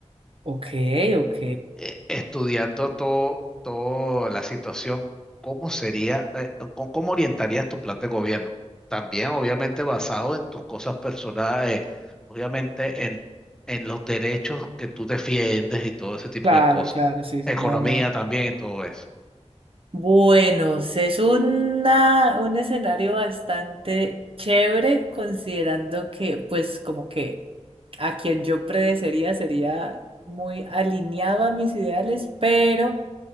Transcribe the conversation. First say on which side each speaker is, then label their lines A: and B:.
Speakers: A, on the right; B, in the centre.
A: Ok, ok.
B: eh, estudiando todo, toda la situación, ¿cómo sería, eh, cómo, cómo orientarías tu plan de gobierno? También, obviamente, basado en tus cosas personales, eh, obviamente en, en los derechos que tú defiendes y todo ese tipo
A: Claro,
B: de cosas.
A: claro, sí, sí.
B: Economía
A: No, no.
B: también y todo eso.
A: Bueno, es una, un escenario bastante chévere, considerando que, pues, como que a quien yo predecería sería muy alineado a mis ideales, pero.